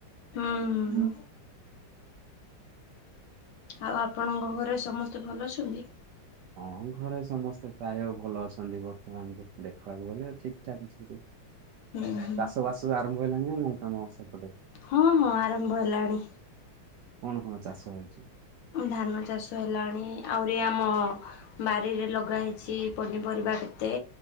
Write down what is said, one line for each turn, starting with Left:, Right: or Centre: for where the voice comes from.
Left: ହୁଁ ହୁଁ।
Right: ଉଁ।
Left: ଆଉ ଆପଣଙ୍କ ଘରେ ସମସ୍ତେ ଭଲ ଅଛନ୍ତି?
Right: ହଁ ଘରେ ସମସ୍ତେ ପ୍ରାୟ ଭଲ ଅଛନ୍ତି ବର୍ତ୍ତମାନ କୁ ଦେଖିବାକୁ ଗଲେ ଠିକଠାକ୍ ଅଛନ୍ତି।
Left: ହୁଁ
Right: ଆଉ
Left: ହୁଁ
Right: ଚାଷ ବାସ ଆରମ୍ଭ ହେଲାଣି ନା ନାଇଁ ତମ ସେପଟେ?
Left: ହଁ ହଁ ଆରମ୍ଭ ହେଲାଣି।
Right: କଣ କଣ ଚାଷ ରହିଛି?
Left: ଧାନ ଚାଷ ହେଲାଣି ଆହୁରି ଆମ ବାରିରେ ଲଗା ହେଇଛି ପନିପରିବା କେତେ।